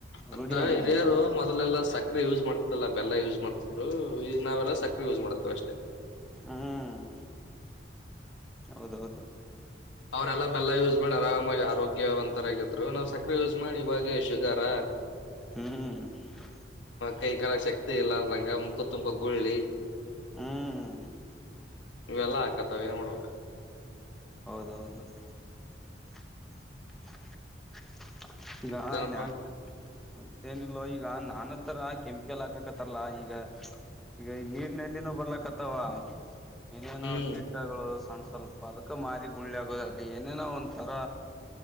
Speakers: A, on the left; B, in the centre.
A: ಅಂದ್ರ
B: ರೂಢಿಯಾಗಿದೆ
A: ಹಿರಿಯರು ಮೊದಲೆಲ್ಲ ಸಕ್ಕ್ರರೆ ಯೂಸ್ ಮಾಡ್ತಲ್ಲಾ ಬೆಲ್ಲ ಯೂಸ್ ಮಾಡ್ತ ಹು ಈಗ ನಾವೆಲ್ಲ ಸಕ್ಕರೆ ಯೂಸ್ ಮಾಡಾಕತ್ತೀವಿ ಅಷ್ಟೇ
B: ಹ್ಮ್ ಹೌದೌಹೌದು
A: ಅವ್ರೆಲ್ಲ ಬೆಲ್ಲ ಯೂಸ್ ಮಾಡಿ ಆರಾಮಾಗಿ ಆರೋಗ್ಯವಂತರ ಆಗ ಇದ್ದರು ನಾವ್ ಸಕ್ರೆ ಯೂಸ್ ಮಾಡಿ ಇವಾಗ ಶುಗರಾ? <unintelligible>
B: ಹು <unintelligible>
A: ಕೈ ಕಾಲ ಶಕ್ತಿ ಇರಲಾರದಂಗ ಮುಖು ತುಂಬಾ ಗುಳ್ಳಿ. <unintelligible>
B: ಹ್ಮ್
A: ಇವೆಲ್ಲ ಹಾಕತ್ತಾವ ಏನ್ ಮಾಡ್ಬೇಕ. <unintelligible>
B: ಹೌದ ಹೌದ <unintelligible> <unintelligible> ಈಗ
A: ಮತ್ತೇನಪ್ಪಾ
B: ನ್ಯಾಪನ <unintelligible> ಮತ್ತೇನ ಇಲ್ಲೋ ಈಗ ನಾನತ್ರರ ಕೆಮಿಕಲ್ ಹಾಕಕತ್ತಾರಲ್ಲಾ ಈಗ <unintelligible> ಈಗ ಈ ನೀರ್ನಲ್ಲಿನೂ ಬರ್ಲಕ್ತವ ಏನೇನೋ
A: ಹ್ಮ್
B: ಕೀಟಗಳು ಸಣ್ಸ <unintelligible> ಸ್ವಲ್ಪ ಅದಕ ಮಾರಿ ಗುಳ್ಳಿ ಆಗೋದ ಅಲ್ಲಿ ಏನೇನೋ ಒಂತಾರ